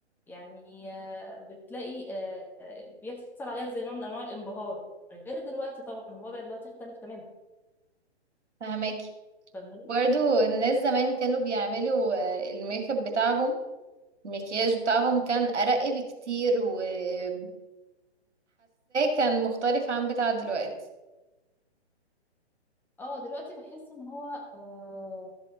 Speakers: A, in the centre; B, on the right (about 85°).
A: يعني آه، بتلاقي آه، آه، بيحصل عليها زي نوع من انواع الانبهار غير دلوقتي طبعا الوضع دلوقتي اختلف تماما
B: فهماكي
A: فاهماني؟
B: برضو الناس زمان كانوا بيعملوا آه، الميك اب بتاعهم المكياج بتاعهم كان أرق بكتير وحاساه كان مختلف عن بتاع دلوقتي
A: اه دلوقتي بحس ان هو آه